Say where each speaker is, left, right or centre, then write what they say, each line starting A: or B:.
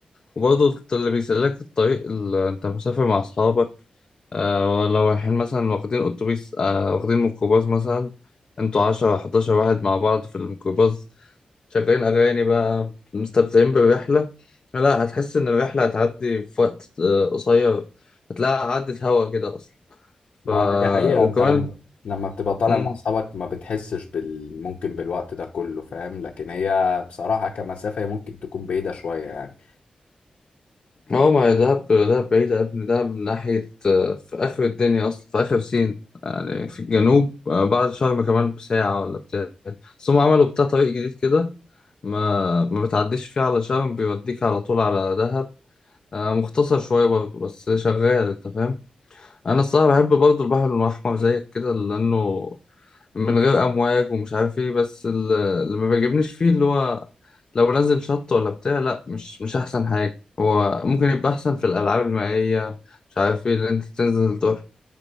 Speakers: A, on the left; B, on the left.
A: وبرضه اللي بيسلك الطريق اللي انت مسافر مع اصحابك آه لو رايحين مثلا واخدين اتوبيس آه واخدين ميكروباص مثلا انتوا عشرة حداشر واحد مع بعض في الميكروباص شغالين اغاني بقى مستمتعين بالرحلة لا هتحس ان الرحلة هتعدي في وقت آه قصير هتلاقيها عدت هوا كده اصلا
B: ما
A: ف
B: هي دي حقيقة
A: وكمان
B: أنت لما لما بتبقى طالع
A: مم.
B: مع أصحابك ما بتحسش بال... ممكن بالوقت ده كله فاهم لكن هي بصراحة كمسافة هي ممكن تكون بعيدة شوية يعني
A: هو ما هي دهب دهب بعيدة يا ابني دهب من ناحية آه، في آخر الدنيا أصلا في آخر سين يعني في الجنوب آه، بعد شرم كمان بساعة ولا بتاع بس هم عملوا بتاع طريق جديد كده ما ما بتعديش فيه على شرم بيوديك على طول على دهب آه، مختصر شوية برضه بس شغال أنت فاهم أنا الصراحة بحب برضه البحر الأحمر زيك كده لأنه من غير امواج ومش عارف ايه بس ال- اللي ما بيعجبنيش فيه اللي هو لو نزل شط ولا بتاع لا مش مش احسن حاجه هو ممكن يبقى احسن في الالعاب المائيه مش عارف ايه اللي انت تنزل تروح